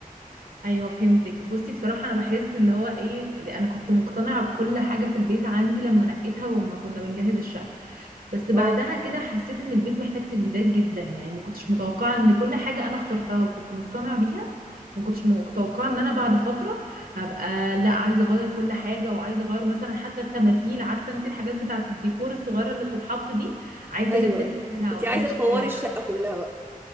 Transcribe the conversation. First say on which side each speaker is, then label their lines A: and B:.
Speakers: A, on the right; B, on the right.
A: ايوه فهمتك بصي بصراحه انا بحس ان هو ايه اللي انا كنت مقتنعه بكل حاجه في البيت عندي لما نقيتها وما كنا بنجهز الشقه بس بعدها
B: اه
A: كده حسيت ان البيت محتاج تجديدات جدا يعني ما كنتش متوقعه ان كل حاجه انا اخترتها وكنت مقتنعه بيها ما كنتش متوقعه ان انا بعد فتره هبقى لا عايزه اغير كل حاجه وعايزه اغير مثلا حتى التماثيل عارفه انت الحاجات بتاعه الديكور الصغيره اللي بتتحط دي عايزه
B: أيوه
A: اجدد
B: أيوه
A: فيها
B: أنت
A: واخلي
B: عايزة
A: شكلها
B: تفوري الشقة كلها بقى